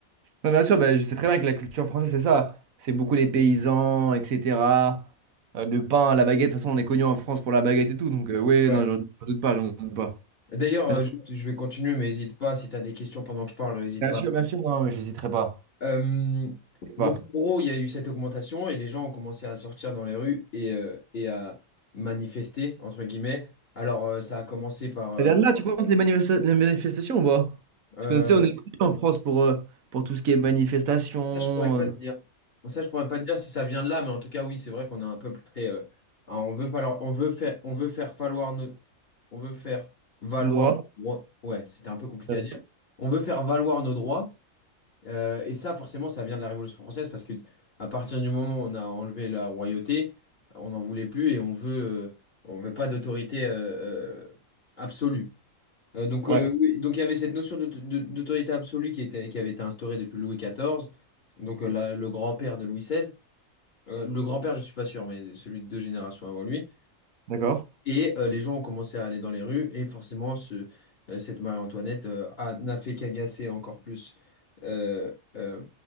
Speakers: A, on the right; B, on the left.
A: Non, bien sûr, bah, je sais très bien que la culture française, c'est ça. C'est beaucoup les paysans, etc. Euh, le pain, la baguette. De toute façon, on est connu en France pour la baguette et tout. Donc, euh, oui,
B: Ouais.
A: non, j'en j'en doute pas, j'en doute pas.
B: D'ailleurs,
A: Bien
B: euh,
A: sûr,
B: juste, je vais continuer, mais n'hésite pas, si tu as des questions pendant que je parle, n'hésite
A: Bien
B: pas.
A: sûr, bien sûr, non, mais j'hésiterai pas.
B: Euh,
A: je pas.
B: donc, en gros, il y a eu cette augmentation et les gens ont commencé à sortir dans les rues et, euh, et à manifester, entre guillemets. Alors, euh, ça a commencé par... euh,
A: Et là, là, tu penses les, manifesta- les manifestations ou pas?
B: euh,
A: Parce que, tu sais, on est connu en France pour, euh, pour tout ce qui est manifestation,
B: ça, je pourrais pas
A: euh,
B: te dire. Ça, je pourrais pas te dire si ça vient de là, mais en tout cas, oui, c'est vrai qu'on a un peuple très... euh, ah, on veut falloir, on veut faire, on veut faire valoir nos, on veut faire valoir.
A: droit.
B: nos droits. Ouais, c'était un peu compliqué
A: Bien
B: à dire.
A: sûr.
B: On veut faire valoir nos droits. Euh, et ça, forcément, ça vient de la Révolution française parce que à partir du moment où on a enlevé la royauté, on n'en voulait plus et on veut, euh, on veut pas d'autorité euh, euh, absolue. Euh, donc,
A: Ouais.
B: euh, oui, donc il y avait cette notion de- de- d'autorité absolue qui était, qui avait été instaurée depuis Louis XIV, donc euh, la- le grand-père de Louis XVI. Euh, le grand-père, je suis pas sûr, mais celui de deux générations avant lui.
A: D'accord.
B: Et euh, les gens ont commencé à aller dans les rues, et forcément, ce, euh, cette Marie-Antoinette euh, a- n'a fait qu'agacer encore plus euh, euh,